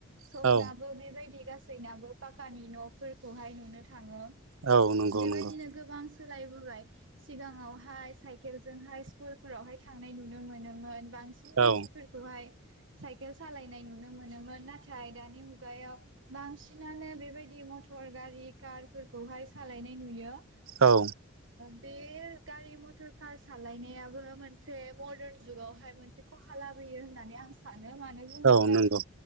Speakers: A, on the right; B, on the right.
A: औ
B: सपनाबो बेबायदि गाससिबो। जैनाबो पााखानि न'फोरखौहाय नुनो थाङो।
A: औ नंगौ
B: बेबायदिनो
A: नंगौ।
B: गोबां सोलायबोबाय सिगाङावहाय साइकेलजोंहाय स्कुलफोरावहाय थांनाय नुनो मोनोमोन। बांसिन मानसिफोरखौहाय।
A: औ
B: साइकेल सालायनाय नु। नुनो मोनोमोन नाथाय दानि मुगायाव बांसिनानो बेबायदि मटर गारि कारफोरखौहाय सालायनाय नुयो। ओ।
A: औ
B: बे गारि मथर कार सालायनायाबो मोनसे मदार्न जुगावहाय मोनसे खहा लाबोयो होननानै आं सानो। मानो बुङोब्ला।
A: औ नंगौ